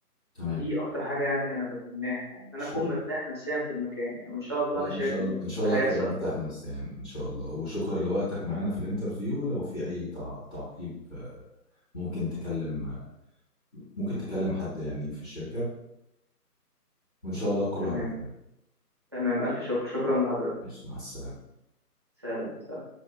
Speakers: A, in the centre; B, on the right.
A: تمام
B: ودي اكتر حاجه يعني انا بتمناها يعني ان انا
A: شكرا
B: اكون مرتاح نفسيا في المكان يعني وان شاء الله
A: لا
B: انا شايف
A: ان شاء الله
B: ان
A: ان شاء الله
B: ده
A: تبقى
B: هيحصل
A: مرتاح
B: يعني
A: نفسيا ان شاء الله وشكرا لوقتك معانا في الانترفيو لو في اي تع- تعقيب آه، ممكن تكلم آه، ممكن تكلم حد يعني في الشركه وان شاء الله كله
B: تمام
A: هيبقى تمام
B: تمام الف شكر شكرا لحضرتك
A: ماشي مع السلامه
B: سلام سلام